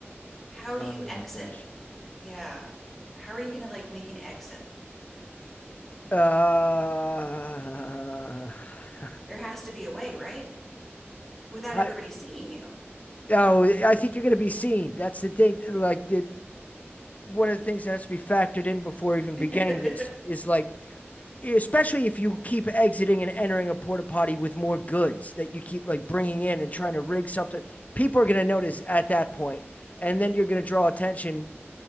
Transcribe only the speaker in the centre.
How do
you exit?
Yeah. How are you gonna like make an exit?
There has to be a way, right? Without
everybody seeing you.
<laughs>